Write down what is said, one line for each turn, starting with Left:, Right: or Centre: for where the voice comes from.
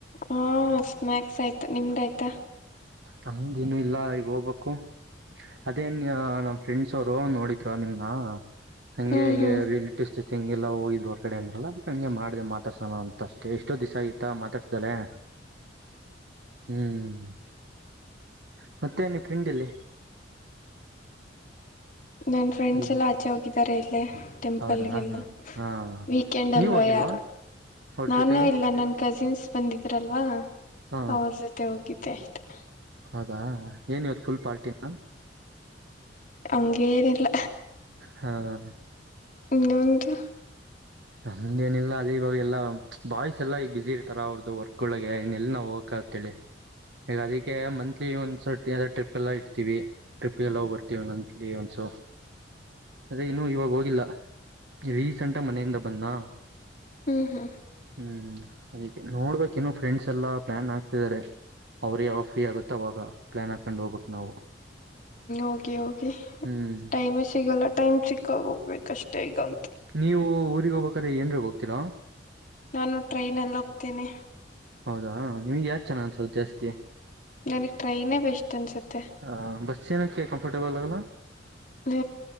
Left: ಹ್ಮ್ ಸ್ನಾಕ್ಸ್ ಆಯ್ತು ನಿಮ್ದ ಆಯ್ತಾ
Right: ನಮ್ದೇನು ಇಲ್ಲ ಈಗ ಹೋಗ್ಬೇಕು <unintelligible> ಅದೇನ್ ನಮ್ ಫ್ರೆಂಡ್ಸ್ ಅವರು ನೋಡಿದ್ರ ನಿಮ್ನ <unintelligible> ಹಂಗೆ
Left: ಹ್ಮ್
Right: ಹಿಂಗೆ
Left: ಹ್ಮ್
Right: ರಿಲೇಟಿವ್ಸ್ ಹಂಗೆಲ್ಲ ಹೋಗಿದ್ರು ಹೊರ್ಗಡೆ ಅಂದ್ರಲ್ಲ ಈ ಹಂಗೆ ಮಾಡ್ದ ಮಾತಾಡ್ಸಣ ಅಂತ ಅಷ್ಟೆ ಎಷ್ಟೋ ದಿವಸ ಆಯತ ಮಾತಾಡ್ಸ್ದಲೆ <unintelligible> ಹ್ಮ್ <unintelligible> ಮತ್ತೆ ನಿಮ್ ಫ್ರೆಂಡ್ ಎಲ್ಲಿ
Left: ನನ್ ಫ್ರೆಂಡ್ಸ್
Right: ಹಲೋ
Left: ಎಲ್ಲ ಆಚೆ ಹೋಗಿದ್ದಾರೆ ಇಲ್ಲೇ ಟೆಂಪಲ್ಗೆಲ್ಲ
Right: ಹೌದಾ ಹಾ
Left: ವೀಕೆಂಡ್
Right: ನೀವು
Left: ಅಲ್ವಾ
Right: ಹೋಗಿಲ್ವಾ
Left: ಯಾರು
Right: ಅವ್ರ
Left: ನಾನು
Right: ಜೊತೆಗೆ
Left: ಇಲ್ಲ ನನ್ ಕಜಿನ್ಸ್ ಬಂದಿದ್ರಲ್ವಾ
Right: ಹಾ
Left: ಅವ್ರ ಜೊತೆ ಹೋಗಿದ್ಧೇ ತೆತ್ <unintelligible>
Right: ಹೌದಾ ಏನ್ ಇವತ್ ಫುಲ್ ಪಾರ್ಟಿನ
Left: ಹಂಗೇನಿಲ್ಲ
Right: ಹಾ <unintelligible>
Left: ನ್ನಂದು <unintelligible>
Right: ಹಂಗೆನಿಲ್ಲ ಅದೇ ಇವಾಗ ಎಲ್ಲ ಬಾಯ್ಸ್ ಎಲ್ಲಾ ಈ ಬ್ಯಸಿ ಇರ್ತಾರ ಅವ್ರ್ದು ವರ್ಕ್ ಒಳಗೆ ಇ ಎಲ್ಲ ನಾವವು ಹೋಗಕ ಅಂತಿ ಈಗ ಅದಕ್ಕೆ ಮಂತ್ಲಿ ಒಂದಸ ಟ್ರಿಪ್ ಎಲ್ಲ ಇಡ್ತೀವಿ ಟ್ರಿಪ್ಗೆಲ್ಲ ಬರ್ತವಿ ಮಂತ್ಲಿ ಒಂದಸ ಅದೇ ಇನು ಇವಾಗ ಹೋಗಿಲ್ಲ ರೀಸೆಂಟ್ ಮನೆಯಿಂದ ಬನ್ನ <unintelligible>
Left: ಹ್ಮ್ ಹ್ಮ್ <unintelligible>
Right: ಹ್ಮ್ <unintelligible> ನೋಡ್ಬೇಕ ನ ಫ್ರೆಂಡ್ಸ್ ಎಲ್ಲಾ ಪ್ಲಾನ್ ಆಗ್ತಿದಿದ್ದಾರೆ ಅವ್ರ ಯಾವಾಗ ಫ್ರೀ ಆಗುತ್ತ ಅವಾಗ ಪ್ಲಾನ್ ಹಾಕೊಂಡ್ ಹೋಗ್ಬೇಕಕ್ ನಾವು
Left: ಓಕೆ ಓಕೆ
Right: ಹ್ಮ್
Left: ಟೈಮ್ ಸಿಗಲ್ಲ ಟೈಮ್ ಸಿ <unintelligible> ಕಗೋಗ್ಬೇಕಷ್ಟೇ ಈಗಂತ
Right: ನೀವು ಊರಿಗೆ ಹೋಗ್ಬೇಕ್ರೆ ಏನ್ರಾಗ ಹೋಗ್ತಿರ
Left: ನಾನು ಟ್ರೈನ್ಲ್ಲಿ ಹೋಗ್ತೇನೆ
Right: ಹೌದಾ ನಿಮಗೆ ಯಾವ್ದು ಚೆನ್ನಾಗಿ ಅನ್ಸೋದು ಜಾಸ್ತಿ
Left: ನನಗ್ ಟ್ರೈನೇ ಬೆಸ್ಟ್ ಅನ್ಸುತ್ತೆ
Right: ಹ ಬಸ್ ಏನ್ನಕ್ಕೆ ಕಂಫರ್ಟೇಬಲ್ ಅಗಲ
Left: ಹ